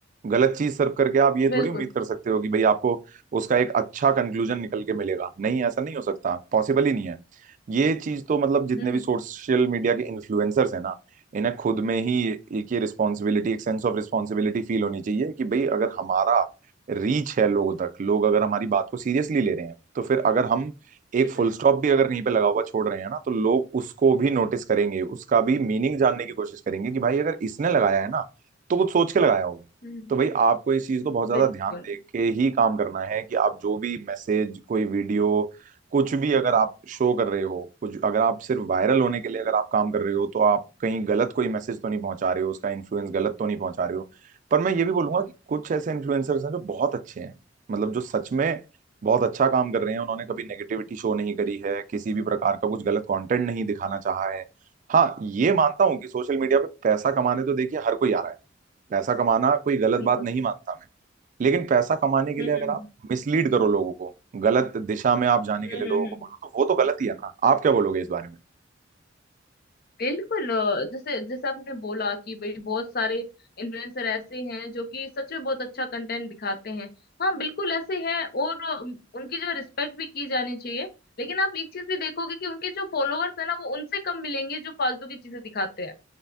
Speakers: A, on the right; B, on the left.
A: गलत चीज सर्व करके आप ये
B: बिल्कुल
A: थोड़ी उम्मीद कर सकते हो कि भाई आपको उसका एक अच्छा कंक्लूजन निकल के मिलेगा नहीं ऐसा नहीं हो सकता पॉसिबल ही नहीं है ये चीज तो मतलब जितने
B: हम्म
A: भी
B: हम्म
A: सोशल मीडिया के इन्फ्लुएंसर्स हैं ना इन्हें खुद में ही एक ये रिस्पॉन्सिबिलिटी एक सेंस ऑफ रिस्पॉन्सिबिलिटी फील होनी चाहिए कि भाई अगर हमारा रीच है लोगों तक लोग अगर हमारी बात को सीरियसली ले रहे हैं तो फिर अगर हम एक
B: हम्म
A: फुल स्टॉप भी अगर कहीं पे लगा हुआ छोड़ रहे हैं ना तो लोग उसको भी नोटिस करेंगे उसका भी मीनिंग जानने की कोशिश करेंगे कि भाई अगर इसने लगाया है ना तो कुछ सोच के लगाया होगा
B: हम्म,
A: तो भाई आपको इस चीज को बहुत ज्यादा
B: बिल्कुल
A: ध्यान दे के ही काम करना है कि आप जो भी मैसेज कोई वीडियो कुछ भी अगर आप शो कर रहे हो कुछ अगर आप सिर्फ वायरल होने के लिए अगर आप काम कर रहे हो तो आप कहीं गलत कोई मैसेज तो नहीं पहुंचा रहे हो उसका इन्फ्लुएंस गलत तो नहीं पहुंचा रहे हो पर मैं ये भी बोलूंगा कि कुछ ऐसे इन्फ्लुएंसर्स हैं जो बहुत अच्छे हैं मतलब जो सच में बहुत अच्छा काम कर रहे हैं उन्होंने कभी नेगेटिविटी शो नहीं करी है किसी भी प्रकार का कुछ गलत कंटेंट नहीं दिखाना चाहा है हाँ ये मानता हूँ कि सोशल मीडिया पे पैसा कमाने तो देखिए हर कोई आ रहा है पैसा कमाना कोई गलत
B: बिल्कुल
A: बात नहीं मानता मैं लेकिन पैसा कमाने के
B: हम्म
A: लिए अगर
B: हम्म
A: आप मिसलीड करो लोगों को गलत दिशा में आप जाने
B: हम्म
A: के लिए लोगों
B: हम्म
A: को
B: हम्म।
A: बोलो तो वो तो गलत ही है ना आप क्या बोलोगे इस बारे में
B: बिल्कुल अ, जैसे जैसे आपने बोला कि भाई बहुत सारे इन्फ्लुएंसर ऐसे हैं जो कि सच में बहुत अच्छा कंटेंट दिखाते हैं हाँ बिल्कुल ऐसे हैं और अ, उन- उनकी जो रिस्पेक्ट भी की जानी चाहिए लेकिन आप एक चीज भी देखोगे कि उनके जो फॉलोअर्स है ना वो उनसे कम मिलेंगे जो फालतू की चीजें दिखाते हैं